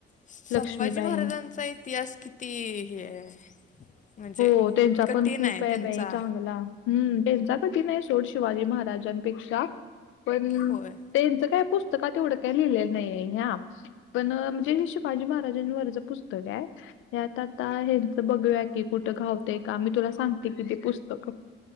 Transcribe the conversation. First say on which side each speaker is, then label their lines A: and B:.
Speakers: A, on the left; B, on the left.
A: संभाजी
B: लक्ष्मीबाई.
A: महाराजांचा इतिहास किती हे. म्हणजे
B: हो त्यांचा
A: कठीण
B: पण खूप आहे
A: त्यांचा
B: बा चांगला. हम् त्यांचा कठी नाही सोड शिवाजी महाराजांपेक्षा पण.
A: होय
B: त्यांचं काय पुस्तकात तेवढं काय लिहिलेलं नाहीय ह्या. पण म्हणजे हे शिवाजी महाराजांवरच पुस्तक आहे त्यात आता हे बघू. घावते का मी तुला सांगते कि ते पुस्तक.